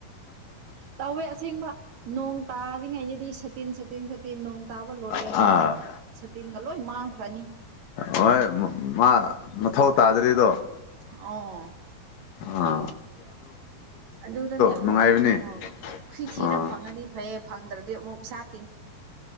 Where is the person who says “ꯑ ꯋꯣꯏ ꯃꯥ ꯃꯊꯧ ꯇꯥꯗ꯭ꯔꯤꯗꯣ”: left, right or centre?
Left